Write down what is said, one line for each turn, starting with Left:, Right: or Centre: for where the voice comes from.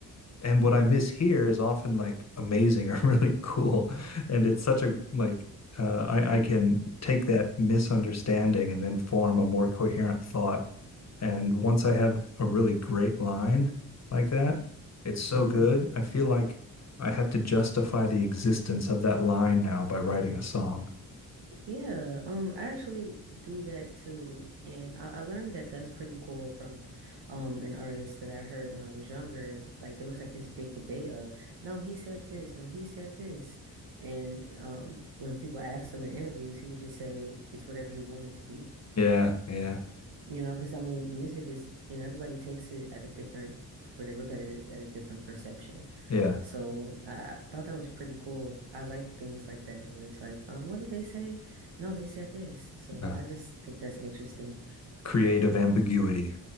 Left: and what
Right: hmm
Left: I miss here is often like amazing or <laughs> really cool. And it's such a like uh, I, I can take that misunderstanding and then form a more coherent thought. And once I have a really great line like that, it's so
Right: hmm
Left: good. I feel like I have to justify the existence of that line now by writing a song.
Right: Yeah, um, I actually do that too, and I, I learned that that's pretty cool from um an artist that I heard when I was younger. Like there was like this big debate of, no, he said this, no, he said this, and um when people asked him in interviews, he would just say it's whatever you want it to be,
Left: Yeah, yeah,
Right: you know, because I mean, music is, you know, everybody takes it at a different, but they look at it at a different perception.
Left: yeah.
Right: So I, I thought that was pretty cool. I like things like that where it's like, um, what did they say? No, they said this. So
Left: Uh,
Right: I just think that's interesting.
Left: creative ambiguity.